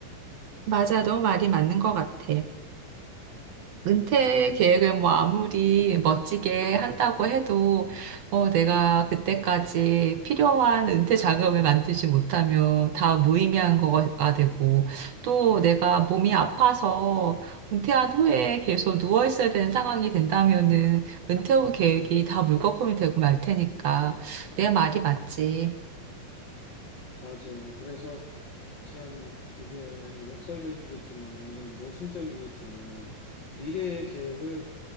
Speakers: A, on the right; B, on the left.
A: 맞아, 너 말이 맞는 것 같아. 은퇴 계획을 뭐 아무리 멋지게 한다고 해도, 어, 내가 그때까지 필요한 은퇴 자금을 만들지 못하면 다 무의미한 거가 되고, 또 내가 몸이 아파서 은퇴한 후에 계속 누워 있어야 되는 상황이 된다면은 은퇴 후 계획이 다 물거품이 되고 말 테니까, 내 말이 맞지.
B: 음. 맞아. 그래서 참 이게 역설적이겠지만, 모순적이겠지만, 미래의 계획을